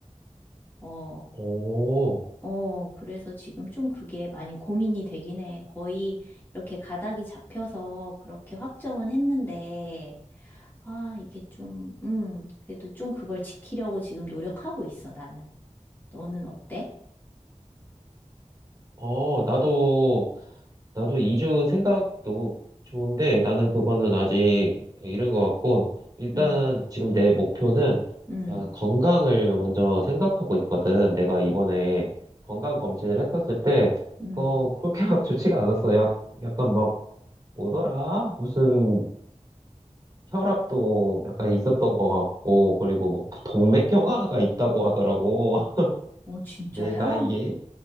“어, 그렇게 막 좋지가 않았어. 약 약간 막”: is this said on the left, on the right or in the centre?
Right